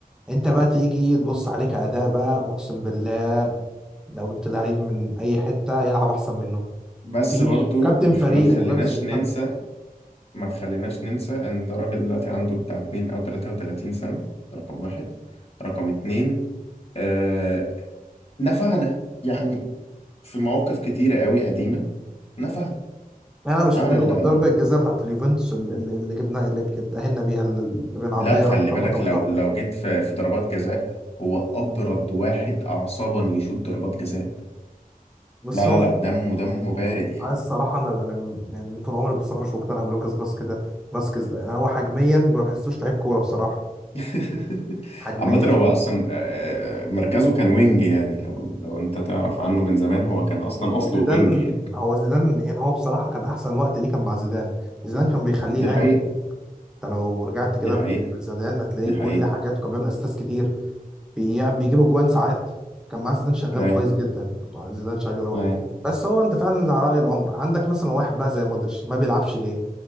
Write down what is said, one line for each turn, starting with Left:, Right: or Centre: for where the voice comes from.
Centre: انت بقى تيجي تبص عليك اداء بقى اقسم بالله لو جبت لعيب من اي حته يلعب احسن منه
Left: <laughs> بس
Centre: مفيش
Left: برضو
Centre: وكابتن
Left: ما
Centre: فريق
Left: خ- ما تخليناش
Centre: ولابس الكابتن
Left: ننسى ما تخليناش ننسى ان ده راجل دلوقتي عنده بتاع 2 او 33 سنه رقم واحد رقم اتنين آه نفعنا يعني في مواقف كتيره قوي قديمه نفعنا
Centre: يعني انا مش
Left: عمل
Centre: فاكر
Left: اللي
Centre: له غير
Left: عليه
Centre: ضربه الجزاء بتاعت اليوفنتوس اللي اللي جبناها اللي اتاهلنا بيها اللي بن عطيه
Left: لا خلي
Centre: راح خبطه
Left: بالك لو
Centre: في ظهره
Left: لو جيت في في ضربات جزاء هو ابرد واحد اعصابا يشوط ضربات جزاء
Centre: بس
Left: لا لا
Centre: هو
Left: لا دمه دمه بارد يعني
Centre: عايز الصراحه انا انا م- يعني طول عمري بصراحه مش مقتنع بلوكاس فاسكيز ده فاسكيز ده يعني هو حجميا ما بحسوش لعيب كوره بصراحه
Left: <laughs>
Centre: حجميا
Left: عامة هو أصلا آه، مركزه كان وينج يعني لو لو أنت تعرف عنه من زمان هو كان أصلا
Centre: هو
Left: أصله
Centre: زيدان
Left: وينج يعني
Centre: هو زيدان يعني هو بصراحه كان احسن وقت ليه كان مع زيدان زيدان كان بيخليه
Left: دي
Centre: يهاجم
Left: حقيقة
Centre: انت لو رجعت كده
Left: دي حقيقة
Centre: بت- زيدان هتلاقي
Left: دي
Centre: كل
Left: حقيقة
Centre: حاجاته كان بيعمل اسيستات كتير بيعمل بيجيب اجوان ساعات كان معاه زيدان شغال
Left: أي
Centre: كويس جدا كان معاه زيدان شغال هو
Left: أي
Centre: بس هو انت فعلا على راي العمر عندك مثلا واحد بقى زي مودريتش ما بيلعبش ليه